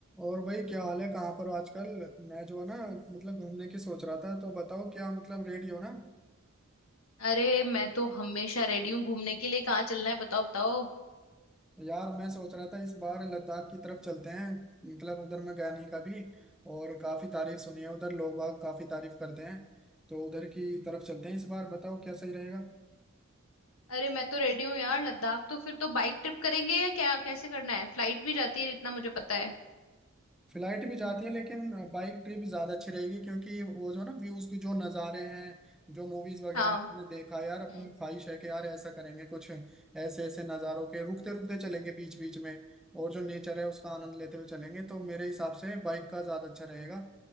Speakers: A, in the centre; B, on the left (about 80°).
A: और भाई क्या हाल है कहाँ पर हो आजकल मैं जो है ना मतलब घूमने की सोच रहा था तो बताओ क्या मतलब रेडी हो ना
B: अरे मैं तो हमेशा रेडी हूँ घूमने के लिए कहाँ चलना है बताओ बताओ
A: यार मैं सोच रहा था इस बार लद्दाख की तरफ चलते हैं मतलब उधर मैं गया नहीं कभी और काफी तारीफ सुनी है उधर लोग बाग काफी तारीफ करते हैं तो उधर की तरफ चलते हैं इस बार बताओ क्या सही रहेगा
B: अरे मैं तो रेडी हूँ यार लद्दाख तो फिर तो बाइक ट्रिप करेंगे या क्या कैसे करना है फ्लाइट भी जाती है जितना मुझे पता है
A: फ्लाइट भी जाती है लेकिन बाइक ट्रिप ज्यादा अच्छी रहेगी क्योंकि वो जो ना व्यूज के जो नज़ारे हैं जो मूवीज वगैरह
B: हाँ
A: में हमने देखा है, यार अपनी
B: हम्म
A: ख्वाहिश है कि यार ऐसा करेंगे कुछ ऐसे ऐसे नज़ारों के रुकते रुकते चलेंगे बीच बीच में और जो नेचर है उसका आनंद लेते हुए चलेंगे तो मेरे हिसाब से बाइक का ज्यादा अच्छा रहेगा